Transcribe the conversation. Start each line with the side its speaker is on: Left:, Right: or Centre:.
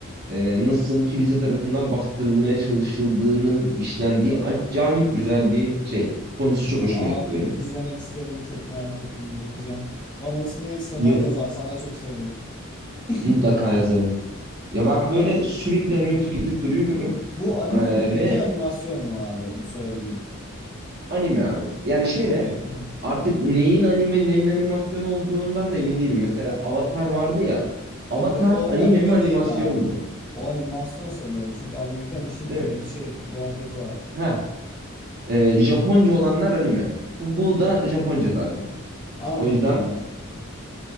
Right: e, nasıl kilise tarafından bastırılmaya çalışıldığının işlendiği acayip güzel bir şey. Konusu çok
Left: Abi
Right: hoşuma gitti benim.
Left: izlemek istedim. Çok merak ettim. Bakacağım. Bana ismini ekstradan
Right: Yo-
Left: yazarsan da çok sevinirim. <coughs>
Right: Mutlaka
Left: <clears throat>
Right: yazarım. Ya ben böyle
Left: Ben...
Right: sürekli
Left: <laughs>
Right: anime tüketip duruyorum
Left: Bu anime
Right: Ee,
Left: mi peki
Right: ve
Left: animasyon mu abi? Bu söylediğin.
Right: anime abi. Yani şöyle
Left: Okey. <laughs> aha.
Right: artık neyin anime neyin animasyon olduğundan da emin değilim. Mesela Avatar vardı ya. Avatar
Left: Evet o
Right: anime
Left: anime
Right: mi animasyon
Left: değil abi.
Right: mu?
Left: O animasyon sanırım. Çünkü Amerikan işin
Right: Değil
Left: öyle
Right: mi?
Left: bir şey muhabbeti var.
Right: Ha, e, Japonca olanlar anime. Bu, bu da Japonca zaten.
Left: Anladım
Right: O yüzden
Left: abi.